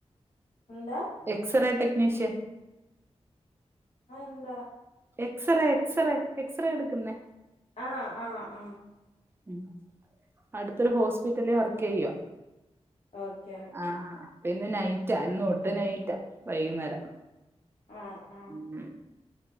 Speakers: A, on the left; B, on the right.
A: എന്താ
B: എക്സറേ ടെക്നിഷിയൻ
A: അതന്താ
B: എക്സ്റേ എക്സറേ എക്സറേ എടുക്കുന്നേ
A: ആഹ് ആഹ് ആഹ്
B: ഉ അടുത്തൊരു ഹോസ്പിറ്റലിൽ വർക്ക് ചെയ്യുവ
A: ഓക്കെ ഓക്കെ
B: ആഹ് പിന്നെ നൈറ്റാ ഇന്ന് തൊട്ട് നൈറ്റാ വൈകുന്നേരം
A: ആഹ് ആഹ്
B: ഉം